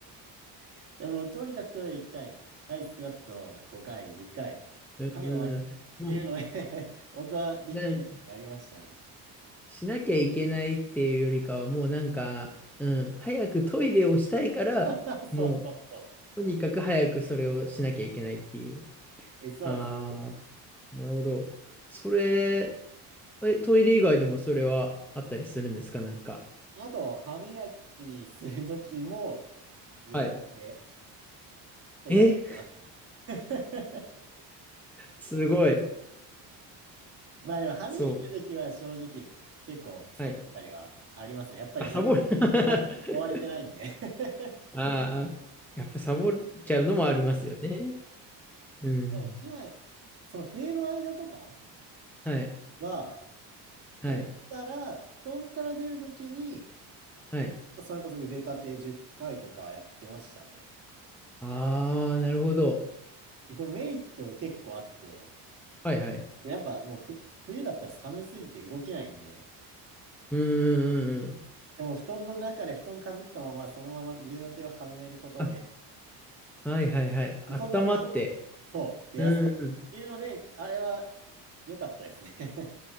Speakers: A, on the right (about 35°); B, in the centre.
A: でも、とにかくトイレ行きたい。はい、スクワット5回、10回。
B: うん。
A: はい、終わり。っていうので
B: も
A: <laughs> 僕はできるようになりましたね。
B: う、なんしなきゃいけないっていうよりかは、もうなんか、うん。早くトイレをしたいから、
A: <laughs>
B: もう、
A: そうそうそう。
B: とにかく早くそれをしなきゃいけないっていう。
A: え、そうです。
B: ああ、なるほど。それ、え、トイレ以外でもそれはあったりするんですかなんか。
A: あと、歯磨きするときも腕立て
B: はい。
A: とかやってますね
B: え
A: <laughs>
B: すごい。
A: まあでも歯磨きの時は正直結構サボったりはありますね。
B: そう。はい。
A: やっぱり何も追追われてないんで
B: あ、サボる。<laughs>
A: <laughs>
B: ああ、やっぱサボっちゃうのもありますよね。うん。
A: でも今、その冬の間とか
B: はい。
A: は、
B: はい。
A: 起きたら布団から出る時に、
B: はい。
A: それこそ腕立て10回とかやってましたね。
B: ああ、なるほど。
A: で、これメリット結構あって、
B: はいはい。
A: やっぱもうふ冬だったら寒すぎて動けないんで、
B: うんうんうんうん。
A: でも布団の中で布団かぶったままそのまま腕立てを始めることで、
B: あ、はいはいはい。あったまって。
A: そうすそう、出やすい。
B: うんうん。
A: っていうので、あれは良かったですね。